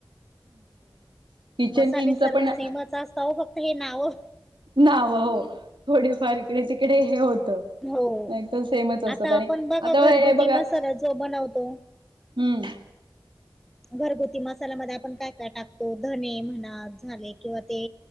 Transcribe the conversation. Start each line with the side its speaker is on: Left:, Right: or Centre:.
Right: <unintelligible>
Centre: मसाले
Right: किंगच
Centre: सर्व
Right: पण
Centre: सेमच असता ओ फक्त हे नावं
Right: नावं हो, थोडेफार इकडे तिकडे हे होतं
Centre: हो
Right: नाहीतर सेमच असतात
Centre: आता
Right: आणि,
Centre: आपण बघा
Right: आता
Centre: घरगुती
Right: हे बघा
Centre: मसाला जो बनवतो
Right: हम्म
Centre: घरगुती मसाल्यामध्ये आपण काय काय टाकतो धने म्हणा झाले किंवा ते